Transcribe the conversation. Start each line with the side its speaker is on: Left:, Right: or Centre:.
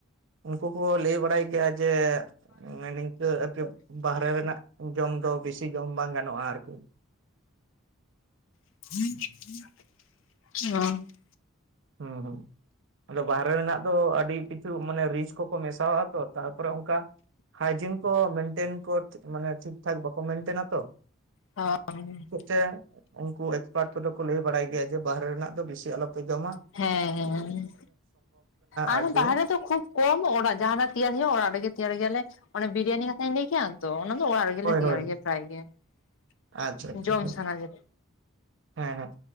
Right: ᱩᱱᱠᱩ ᱠᱚ ᱞᱟᱹᱭ ᱵᱟᱲᱟᱭ ᱜᱮᱭᱟ ᱡᱮ ᱢᱟᱱᱮ ᱱᱤᱝᱠᱟᱹ ᱟᱨᱠᱤ ᱵᱟᱦᱨᱮ ᱨᱮᱱᱟᱜ ᱡᱚᱢ ᱫᱚ ᱵᱮᱥᱤ ᱡᱚᱢ ᱵᱟᱝ ᱜᱟᱱᱚᱜ-ᱟ ᱟᱨᱠᱤ᱾
Left: ᱚ᱾
Right: ᱦᱩᱸ ᱦᱩᱸ ᱟᱫᱚ ᱵᱟᱦᱨᱮ ᱨᱮᱱᱟᱜ ᱫᱚ ᱟᱹᱰᱤ ᱠᱤᱪᱷᱩ ᱢᱟᱱᱮ ᱨᱤᱪ ᱠᱚᱠᱚ ᱢᱮᱥᱟᱣᱟᱜᱼᱟ ᱛᱚ ᱛᱟᱨᱯᱚᱨᱮ ᱚᱱᱠᱟ ᱦᱟᱭᱡᱤᱱ ᱠᱚ ᱢᱮᱱᱴᱮᱱ ᱠᱚ ᱢᱟᱱᱮ ᱴᱷᱤᱠ ᱴᱷᱟᱠ ᱵᱟᱠᱚ ᱢᱮᱱᱴᱮᱱᱟ ᱛᱚ ᱾
Left: ᱦᱟᱸ
Right: ᱡᱮ ᱩᱱᱠᱩ ᱮᱠᱥᱯᱟᱨᱴ ᱠᱚᱫᱚ ᱠᱚ ᱞᱟᱹᱭ ᱵᱟᱲᱟᱭ ᱜᱮᱭᱟ ᱡᱮ ᱵᱟᱦᱨᱮ ᱨᱮᱱᱟᱜ ᱫᱚ ᱵᱤᱥᱤ ᱟᱞᱚᱯᱮ ᱡᱚᱢᱟ ᱾
Left: ᱦᱮᱸ ᱦᱮᱸ ᱟᱨ
Right: ᱟᱨᱠᱤ
Left: ᱵᱟᱦᱟᱨᱮ ᱫᱚ ᱠᱷᱩᱵ ᱠᱚᱢ ᱚᱲᱟᱜ ᱡᱟᱦᱟᱱᱟᱜ ᱛᱮᱭᱟᱨ ᱦᱩᱭᱩᱜᱼᱟ ᱚᱲᱟᱜ ᱨᱮᱜᱮ ᱛᱮᱭᱟᱨ ᱜᱮᱭᱟᱞᱮ ᱚᱱᱮ ᱵᱤᱨᱤᱭᱟᱱᱤ ᱠᱟᱛᱷᱟᱧ ᱞᱟᱹᱭ ᱠᱮᱭᱟ ᱛᱚ ᱚᱱᱟ ᱫᱚ ᱚᱲᱟᱜ ᱨᱮᱜᱮᱞᱮ
Right: ᱦᱳᱭ
Left: ᱛᱮᱭᱟᱨ
Right: ᱦᱳᱭ
Left: ᱜᱮᱭᱟ ᱯᱨᱟᱭ ᱜᱮ
Right: ᱟᱪᱪᱷᱟ ᱟᱪᱪᱷᱟ
Left: ᱡᱚᱢ ᱥᱟᱱᱟ ᱡᱮ
Right: ᱦᱮᱸ ᱦᱮᱸ